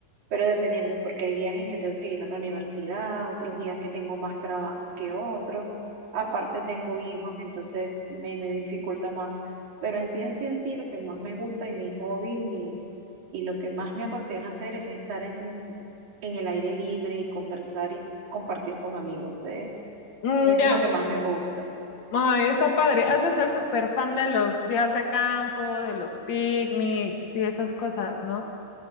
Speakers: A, on the right (about 45°); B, on the left (about 45°).
A: pero dependiendo, porque hay días en que tengo que ir a la universidad, otros días que tengo más trabajo que otros, aparte tengo hijos, entonces me, me dificulta más, pero en sí, en sí, en sí, lo que más me gusta y mi hobby mi- y lo que más me apasiona hacer es estar en, en el aire libre y conversar y compartir con amigos. ¿eh?
B: Mm,
A: mi-
B: ya,
A: lo que más me gusta.
B: ay, está padre. Has de ser súper fan de los días de campo, de los picnics y esas cosas, ¿no?